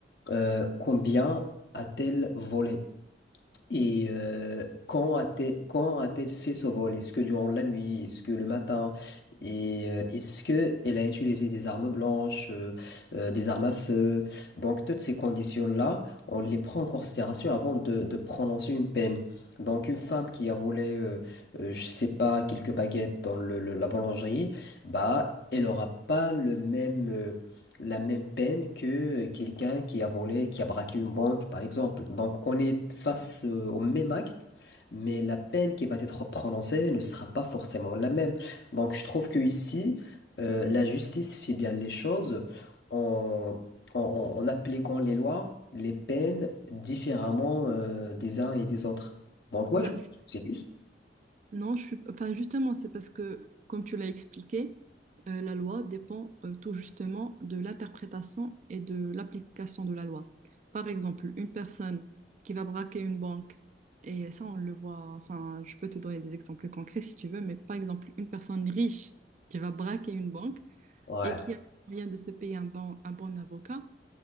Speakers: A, on the left; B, on the right.
A: Euh, combien a-t-elle volé? Et euh, quand a-t-elle, quand a-t-elle fait ce vol? Est-ce que durant la nuit? Est-ce que le matin? Et euh, est-ce que elle a utilisé des armes blanches, euh, euh, des armes à feu? Donc toutes ces conditions-là, on les prend en considération avant de, de prononcer une peine. Donc une femme qui a volé, euh, euh, je sais pas, quelques baguettes dans le- le- la boulangerie, bah elle aura pas le même euh, la même peine que quelqu'un qui a volé, qui a braqué une banque, par exemple. Donc, on est face euh, au même acte, mais la peine qui va être prononcée ne sera pas forcément la même. Donc, je trouve que ici, euh, la justice fait bien les choses en, en, en- en appliquant les lois, les peines différemment euh, des uns et des autres. Donc, ouais,
B: ben,
A: je pense que c'est juste.
B: Non, je suis... Enfin, justement, c'est parce que, comme tu l'as expliqué, euh, la loi dépend euh, tout justement de l'interprétation et de l'application de la loi. Par exemple, une personne qui va braquer une banque, et ça, on le voit, enfin, je peux te donner des exemples concrets si tu veux, mais par exemple, une personne riche qui va braquer une banque
A: Ouais.
B: et qui a les moyens de se payer un bon, un bon avocat,